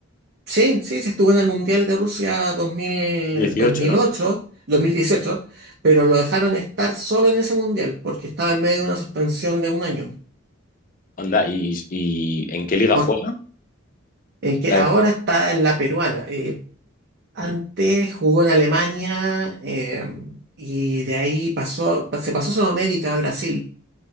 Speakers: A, on the right (about 55°); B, on the left (about 45°).
A: sí, sí, sí estuvo en el Mundial de Rusia dos dos mil
B: dieciocho
A: dos mil
B: ¿no?
A: ocho, dos mil dieciocho, pero lo dejaron estar solo en ese Mundial porque estaba en medio de una suspensión de un año,
B: Anda, ¿y, y en qué liga
A: por,
B: juega?
A: en que
B: La
A: ahora
B: de-
A: está en la peruana. Eh, antes
B: mm,
A: jugó en Alemania eh, y de ahí pasó, se pasó Sudamérica a Brasil,